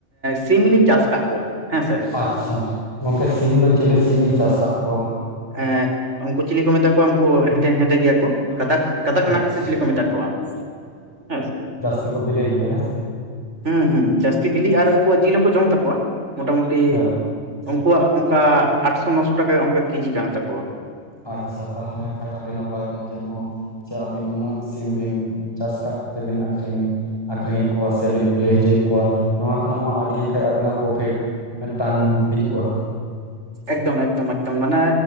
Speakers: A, on the right; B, on the left.
A: ᱥᱤᱢᱤᱞᱤᱧ ᱪᱟᱥ ᱟᱠᱟᱫ ᱠᱚᱣᱟ᱾ ᱦᱮᱸ ᱥᱮ
B: ᱟᱪᱪᱷᱟ ᱜᱚᱝᱠᱮ ᱥᱤᱢ ᱫᱚ ᱪᱤᱞᱤ ᱥᱤᱢ ᱵᱤᱱ ᱪᱟᱥ ᱟᱠᱟᱫ ᱠᱚᱣᱟ?
A: ᱮᱸᱜ ᱩᱱᱠᱩ ᱪᱤᱞᱤ ᱠᱚ ᱢᱮᱛᱟ ᱠᱚᱣᱟ ᱩᱱᱠᱩ ᱦᱮᱸᱫᱮ ᱦᱮᱸᱫᱮ ᱜᱮᱭᱟ ᱠᱚ᱾ ᱠᱟᱛᱷᱟᱠ ᱠᱟᱛᱷᱟᱠ
B: ᱟᱪᱪᱷᱟ
A: ᱱᱟᱠ ᱥᱮ ᱪᱤᱞᱤ ᱠᱚ ᱢᱮᱛᱟ ᱠᱚᱣᱟ ᱦᱮᱸ ᱥᱮ᱾
B: ᱛᱤ ᱠᱚ ᱵᱷᱤᱞᱮ ᱜᱮᱭᱟ ᱦᱸᱮ ᱥᱮ᱾
A: ᱦᱩᱸ ᱦᱩᱸ ᱡᱟᱹᱥᱛᱤ ᱵᱤᱞᱤ ᱟᱨ ᱩᱱᱠᱩᱣᱟᱜ ᱡᱤᱞ ᱦᱚᱸᱠᱚ ᱡᱚᱢ ᱛᱟᱠᱚᱣᱟ ᱢᱳᱚᱴᱟᱢᱩᱴᱤ
B: ᱦᱮᱸ
A: ᱩᱱᱠᱩᱣᱟᱜ ᱚᱱᱠᱟ ᱟᱴᱥᱚ ᱱᱚᱥᱚ ᱴᱟᱠᱟ ᱚᱱᱠᱟ ᱠᱮᱡᱤ ᱠᱟᱱ ᱛᱟᱠᱚᱣᱟ᱾
B: ᱟᱪᱪᱷᱟ ᱛᱟᱦᱚᱞᱮ ᱦᱟᱸᱠᱷᱟᱱᱡ ᱟᱹᱰᱤ ᱱᱟᱯᱟᱭ ᱜᱚᱢᱠᱮ ᱱᱚᱜ-ᱚᱭ᱾ ᱪᱮ ᱟᱹᱵᱤᱱ ᱩᱱᱟᱹᱜ ᱥᱤᱢ ᱵᱤᱱ ᱪᱟᱥ ᱠᱟᱜ ᱠᱚᱛᱮ ᱵᱤᱱ ᱟᱠᱷᱨᱤᱧ ᱟᱠᱷᱨᱤᱧᱮᱫ ᱠᱚᱣᱟ ᱥᱮ ᱵᱤᱱ ᱵᱮᱞᱮ ᱦᱚᱪᱚᱭᱮᱫ ᱠᱚᱣᱟ᱾ ᱱᱚᱣᱟ ᱠᱷᱚᱱᱟᱜ ᱢᱟ ᱟᱹᱰᱤ ᱦᱟᱜᱠᱷᱟᱡ ᱟᱵᱤᱱᱟᱜ ᱯᱨᱚᱯᱷᱤᱴ ᱢᱤᱫᱴᱟᱝ ᱦᱤᱡᱩᱜᱼᱟ᱾
A: ᱮᱠᱫᱚᱢ ᱮᱠᱫᱚᱢ ᱮᱠᱫᱚᱢ ᱢᱟᱱᱮ